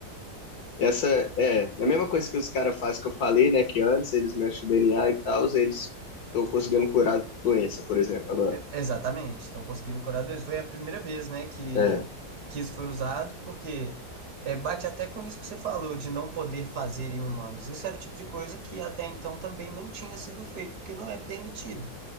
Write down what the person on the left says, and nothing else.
Essa é é a mesma coisa que os caras fazem que eu falei, né? Que antes eles mexem o DNA e tal, eles estão conseguindo curar a doença, por exemplo, agora.
É.